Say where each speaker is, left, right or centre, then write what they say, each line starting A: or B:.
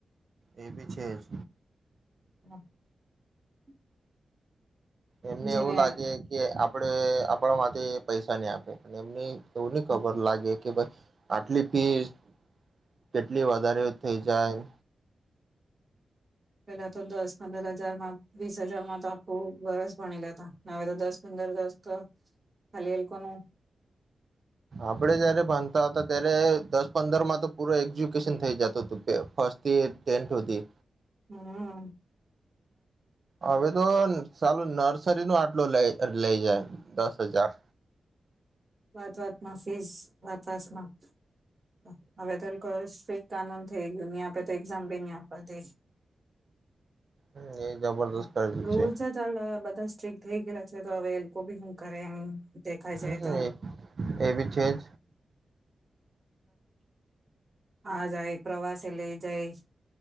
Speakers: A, on the right; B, on the right.
A: એ બી છે, જ
B: <inaudible>
A: એમને
B: જેને
A: એવું લાગે કે આપડે આપણા માંથી પૈસા નહી આપે એમની એવું નની ખબર લાગે કે ભાઈ આટલી ફીસ કે લી વધારે થઈ જાય.
B: પેલા તો દસ પંદર હજારમાં વીસ હજારમાં તો આખું વર્ષ ભણી લેતા હવે તો દસ પંદર દસ તો ખાલી એ લોકોનું
A: આપડે જયારે ભણતા હતા ત્યારે દસ પંદર માં પૂરા એજ્યુકેશન થઈ જતુ હતું ફસ્ટથી ટેન્થ હુધી.
B: હમ્મ
A: હવે તો સાલું નર્સરી નો આટલો લેય. લઇ જાય દસ હજાર.
B: વાત વાતમાં <unintelligible> હવે તો <unintelligible> કાનુન થઈ ગયું ની આપે તો એક્ઝામ ભી ની આપવા દે
A: એ. જબરદસ્ત
B: <unintelligible>
A: કર્યું છે
B: આ લ બધા સ્ટ્રીક થઈ ગેલા છે તો હવે એલ લોકો બી હું કરે એમ દેખાય જાય
A: હમ
B: તો
A: એ એ બી છેજ
B: આ જાય પ્રવાસે લઈ જાય